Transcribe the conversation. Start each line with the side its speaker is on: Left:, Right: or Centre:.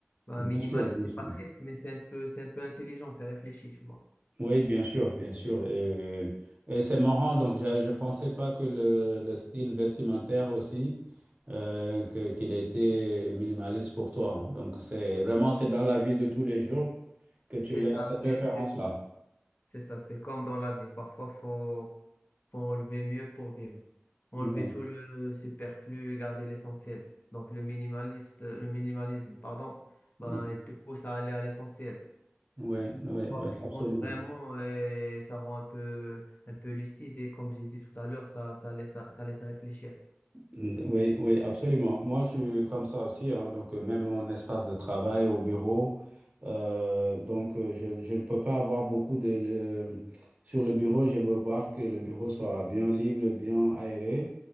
Left: Ben,
Right: Bien
Left: minimaliste,
Right: sûr, bien
Left: c'est
Right: sûr.
Left: pas triste, mais c'est un peu, c'est un peu intelligent, c'est réfléchi, tu vois.
Right: Oui, bien sûr, bien sûr. Et, euh, et c'est marrant, donc j'a- je ne pensais pas que le, le style vestimentaire aussi, euh, que, qu'il était minimaliste pour toi. Donc, c'est vraiment, c'est dans la vie de tous les jours que
Left: C'est
Right: tu
Left: ça,
Right: as cette
Left: c'est
Right: référence-là.
Left: c'est ça. C'est ça, c'est comme dans la vie. Parfois, faut, faut enlever mieux pour vivre. Enlever
Right: Oui,
Left: tout le superflu et garder l'essentiel. Donc, le minimaliste, le minimalisme, pardon, ben,
Right: oui,
Left: il te pousse à aller à l'essentiel.
Right: oui, oui,
Left: Voir
Right: oui,
Left: ce qui
Right: absolument.
Left: compte vraiment et ça rend un peu, un peu lucide et comme j'ai dit tout à l'heure, ça, ça laisse, ça laisse réfléchir.
Right: D- Oui, oui, absolument. Moi, je suis comme ça aussi, hein. donc euh, même mon espace de travail au bureau, euh, donc euh, je, je ne peux pas avoir beaucoup de... le- Sur le bureau, je veux voir que le bureau soit bien libre, bien aéré,